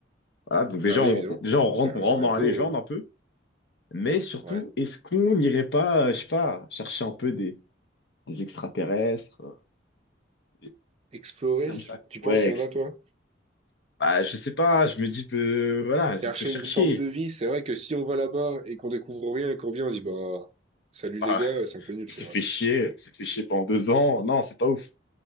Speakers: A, on the left; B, on the right.
A: voilà, donc déjà,
B: Ah oui,
A: on,
B: évidemment.
A: on- déjà on, rentre,
B: C'est un,
A: on rentre
B: c'est un
A: dans
B: go.
A: la légende
B: hein.
A: un peu, mais surtout,
B: Ouais.
A: est-ce qu'on n'irait pas, euh, je sais pas, chercher un peu des, des extraterrestres, euh, des trucs
B: Explorer.
A: comme ça. quoi.
B: Tu penses
A: Ouais,
B: qu'il
A: ex-
B: y en a, toi?
A: bah, je sais pas, je me dis que, voilà, ça
B: Chercher
A: peut chercher.
B: une forme de vie, c'est vrai que si on va là-bas et qu'on découvre rien et qu'on vient, on dit bah salut
A: Bah,
B: les gars, c'est un peu nul,
A: on
B: c'est
A: s'est
B: vrai.
A: fait chier, on s'est fait chier pendant deux ans, non, c'est pas ouf.